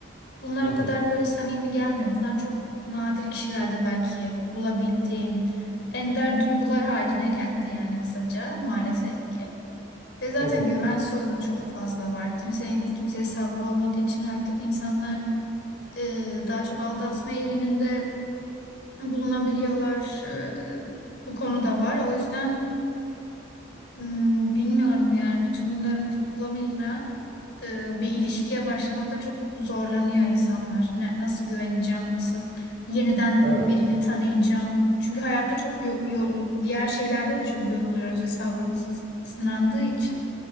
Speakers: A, on the left; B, on the right.
A: Bunlar
B: Hı hı.
A: o kadar böyle samimi gelmiyor. Bunlar çok nadir kişilerde belki bulabildiğin ender duygular haline geldi yani kısaca maalesef ki. Ve zaten
B: Hı hı.
A: güven sorunu çok fazla var. Kimsenin kimseye sabrı olmadığı için artık insanlar e, daha çok aldatma eğiliminde bulunabiliyorlar. E, bu konu da var. O yüzden Hmm, Bilmiyorum yani bütün bunların toplamıyla e, bir ilişkiye başlamakta çok zorlanıyor insanlar. Ne- nasıl güveneceğim, nasıl yeniden
B: Evet.
A: birini tanıyacağım.
B: <laughs>
A: Çünkü hayatta çok yo- yo- diğer şeylerde de çok yoruluyoruz ve sabrımız sınandığı için.